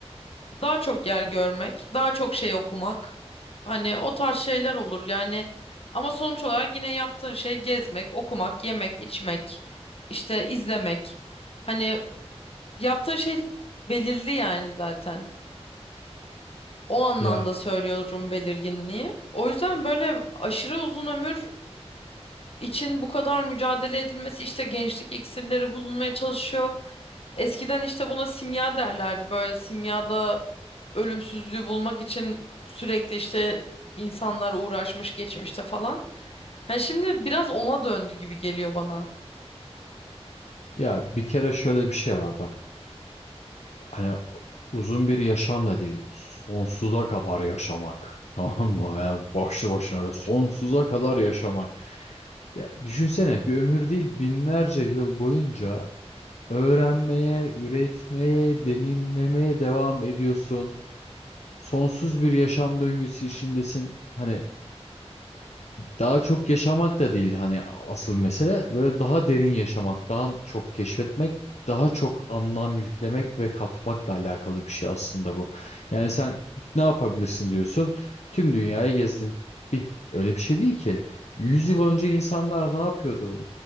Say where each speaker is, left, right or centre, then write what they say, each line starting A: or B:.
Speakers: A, on the left; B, on the left.
A: daha çok yer görmek, daha çok şey okumak. Hani o tarz şeyler olur yani ama sonuç olarak yine yaptığın şey gezmek, okumak, yemek, içmek, işte izlemek. Hani Yaptığın şey belirli yani zaten. O anlamda
B: Ya
A: söylüyorum belirginliği. O yüzden böyle aşırı uzun ömür için bu kadar mücadele edilmesi işte gençlik iksirleri bulunmaya çalışıyor. Eskiden işte buna simya derlerdi. Böyle simyada ölümsüzlüğü bulmak için sürekli işte insanlar uğraşmış geçmişte falan. Hani şimdi biraz ona döndü gibi geliyor bana.
B: ya bir kere şöyle bir şey var bak. Hani uzun bir yaşam da değil. Sonsuza kadar yaşamak. <laughs> Tamam mı? Yani başlı başına böyle sonsuza kadar yaşamak. Ya düşünsene bir ömür değil binlerce yıl boyunca öğrenmeye, üretmeye, deneyimlemeye devam ediyorsun. Sonsuz bir yaşam döngüsü içindesin. Hani daha çok yaşamak da değil hani asıl mesele böyle daha derin yaşamak, daha çok keşfetmek, daha çok anlam yüklemek ve katmakla alakalı bir şey aslında bu. Yani sen ne yapabilirsin diyorsun? Tüm dünyayı gezdin. Bir öyle bir şey değil ki. 100 yıl önce insanlar ne yapıyordu?